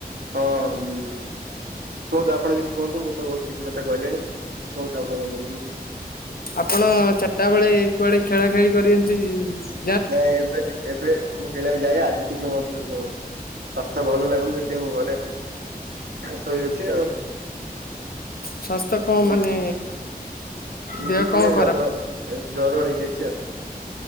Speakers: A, on the right; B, on the left.
A: ହଁ କୁହନ୍ତୁ ଆପଣ କିଛି କୁହନ୍ତୁ ମୁଁ ତ ବହୁତ କିଛି କଥା କହିଲିଣି କୁହନ୍ତୁ ଆପଣ କଣ କହୁଛନ୍ତି।
B: ଆପଣ ଚାରିଟା ବେଳେ କୁଆଡ଼େ ଖେଳାଖେଳି କରନ୍ତି ।
A: ନାଇଁ ଏବେ ଏବେ ମୁଁ ଖେଳିବାକୁ ଯାଏ ଆଜି ଟିକେ ମୋ ଦେହ ସ୍ୱାସ୍ଥ୍ୟ ଭଲ ଲାଗୁନି ସେଥିପାଇଁ ମୁଁ ଘରେ ଶୋଇଅଛି ଆଉ।
B: ସ୍ୱାସ୍ଥ୍ୟ କଣ
A: ହୁଁ
B: ମାନେ
A: ହୁଁ
B: ଦେହ କଣ
A: ଟିକେ
B: ଖରାପ?
A: ଜର ଜର ହେଇଯାଇଛି। ଆଛା।